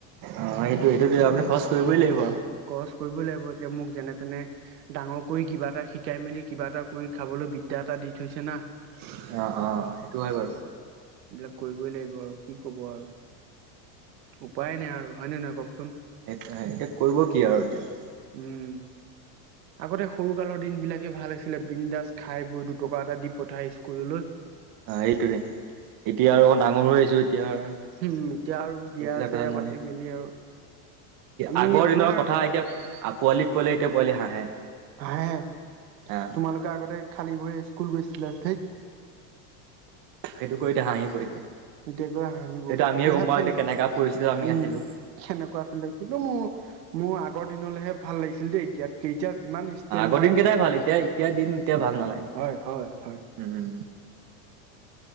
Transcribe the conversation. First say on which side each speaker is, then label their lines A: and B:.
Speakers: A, on the right; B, on the right.
A: অ, সেইটো সেইটোত আপুনি খৰচ কৰিবই লাগিব।
B: খৰচ কৰিব লাগিব যে মোক যেনে তেনে ডাঙৰ কৰি কিবা এটা শিকাই মেলি কিবা এটা কৰি খাবলৈ বিদ্যাত এটা দি থৈছে না।
A: অ অ সেইটো হয় বাৰু
B: এইবিলাক কৰিবই লাগিব আৰু কি ক'ব আৰু। উপায় নাই আৰু হয় নে নহয় কওকচোন?
A: এতিয়া কৰিব কি আৰু এতিয়া?
B: উম আগতে সৰু কালত দিন বিলাকে ভাল আছিলে বিন্দাস খাই বৈ দুটকা এটা দি পঠাই স্কুললৈ।
A: অ এইটোৱে। এতিয়া আৰু অক ডাঙৰ হৈ আহিছো এতিয়া আৰু
B: হম
A: সেইবিলাক
B: এতিয়া আৰু বিয়া চিয়া
A: কথা নাই।
B: পাতি মেলি আৰু আমি
A: আগৰ
B: আপোনাৰ
A: দিনৰ কথা এতিয়া পোৱালিক কলে এতিয়া পোৱালি হাঁহে।
B: হাঁহে,
A: হা
B: তোমালোকে আগতে খালী ভৰিৰে স্কুল গৈছিলা থেইত।
A: সেইটো কৈ এতিয়া হাঁহিব এতিয়া।
B: এতিয়াকৈ হাঁহিব
A: সেইটো আমিয়ে
B: ইতিহাস
A: গম পাওঁ
B: চ
A: এতিয়া
B: নেকি
A: কেনেকা পৰিস্থিতিত আমি
B: উম।
A: আছিলো
B: সেনেকুৱা আছিলে কিন্তু মোৰ মোৰ আগৰ দিনলৈহে ভাল লাগিছিল যে এতিয়াতকে এতিয়া যিমান ষ্টেণ
A: আগৰদিন কেইটাই ভাল এতিয়া এতিয়া দিন এতিয়া ভাল নালাগে
B: হয় হয় হয়
A: উম।